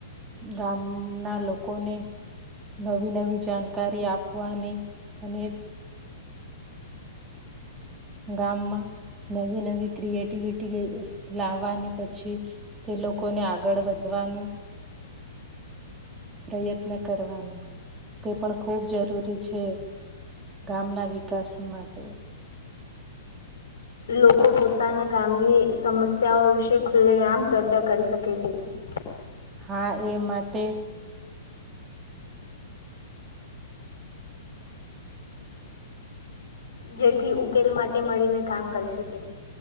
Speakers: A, on the right; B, on the left.
A: ગામના લોકોને, નવી નવી જાણકારી આપવાની અને ગામમાં નવી નવી ક્રિએટિવિટી લાવવાની પછી, તે લોકોને આગળ વધવાનું, પ્રયત્ન કરવાનું, તે પણ ખૂબ જરૂરી છે, ગામના વિકાસ માટે.
B: લોકો પોતાના ગામની સમસ્યાઓ વિશે ખુલ્લે આમ ચર્ચા કરી શકે છે.
A: હા એ માટે
B: જેથી ઉકેલ માટે મળીને કામ કરી શકે.